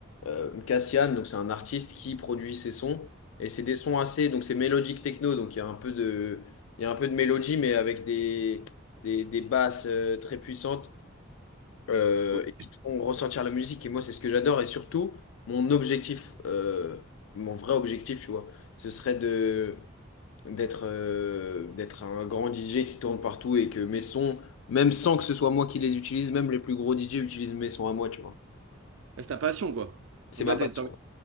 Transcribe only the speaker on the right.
Ok.
Bah, C'est ta passion, quoi.
Donc
là, t'es-
t'as envie-